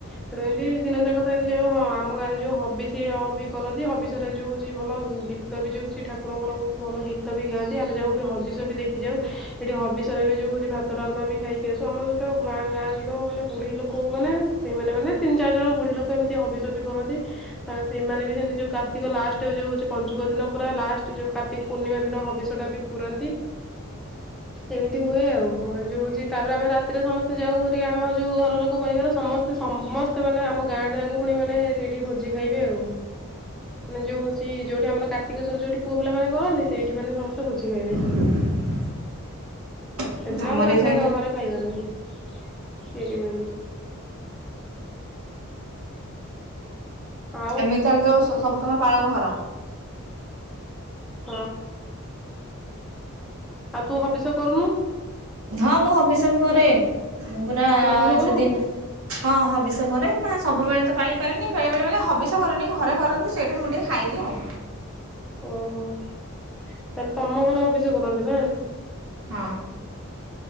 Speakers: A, in the centre; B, on the right.
A: ସେଠୁ ଏମିତି ଦିନ ଯାକ ତ ଏମିତି ଯଉ ହଁ ଆମ ଗାଁରେ ଯୋଉ ହବି ସିଏ ବି କରନ୍ତି ହବି ରେ ଯଉଛି ଭଲ ଗୀତ ବି ଯଉଛି ଠାକୁରଙ୍କର ବହୁତ ଭଲ ଗୀତ ଗୀତ ବି ଗାଆନ୍ତି ଆମେ ଯଉ ବି ହବି ସବ ବି ଦେଖି ଯାଉ। ଏଠି ହବିଷୟରେ ବି ଯୋଉ ହଉଛି ଭାତ ଡାଲମା ବି ଖାଇକି ଆସୁ ଆମର ଯେତେଳେଁ ଗାଁରେ ଯେତେକ ମାନେ ବୁଢୀ ଲୋକ ମାନେ ସେଇମାନେ ମାନେ ତିନି ଚାରି ଜଣ ବୁଢୀ ଲୋକ ଏମତି ହବିସ ବି କରନ୍ତି। ତା ସେମାନେ ବି ସେମତି ଯୋଉ କାର୍ତ୍ତିକ ଲାଷ୍ଟ ଯୋଉ ହଉଛି ପଞ୍ଚୁକ ଦିନ ପୁରା ଲାଷ୍ଟ ଯୋଉାର୍ତିକ ପୂର୍ଣ୍ଣିମା ଦିନ ହବିଷତ ବି ପୁରାନ୍ତି।
B: <inaudible>
A: ଏମିତି ହୁଏ ଆଉ ଯଉ ହଉଛି ତାପରେ ଆମେ ରାତିରେ ସମସ୍ତେ ଯାଉରିକ ଆମ ଯୋଉ ଘର ଲୋକ ପରିବାର ସମସ୍ତେ ତ ସମସ୍ତେ ମାନେ ଆମ ଗାଁଟ ଗାକୁ ପୁଣି ମାନେ ସେଇଠି ଭୋଜି ଖାଇବେ ଆଉ। ମାନେ ଯଉ ହଉଛି ଯଉଠି ଆମର କାର୍ତିକ ସ୍ୱର ଜୋଉଠି ପୁଅ ପିଲାମାନେ କରନ୍ତି ସେଠି ମାନେ ସମେସ୍ତେ ଭୋଜି ଖାଇବେ।
B: <inaudible>
A: ସେଦିନ
B: ଆମର
A: ଆଉ ରାତିରେ
B: ବି ସେମିତି
A: ଘରେ ଖାଇବା ନାହିଁ ତିଆରି ହୁଏନି। ଆଉ
B: ଏମିତି ତାହେଲେ ତୁ ସବୁ ତମର ପାଳନ କର।
A: ହଁ ଆଉ ତୁ ହବିଷ କରୁନୁ।
B: ହଁ ମୁଁ ହବିଷ ବି କରେ ମୁଁ ପୁରା
A: ତୁ ହବିଷ କରୁ
B: ସେଦିନ ହଁ, ହବିଷ କରେ ମାନେ ସବୁବେଳେ ତ ପାଳି ପାରେନି ବେଳେ ବଳେ ମାନେ ହବିଷ କରେନି ଘରେ କରନ୍ତି। ସେଇଟା ମୁଁ ଟିକେ ଖାଇବି ଆଉ।
A: ଓହୋ ତାହେଲେ ତମ ଘରେ ହବିଷ କରନ୍ତି ନା?
B: ହଁ।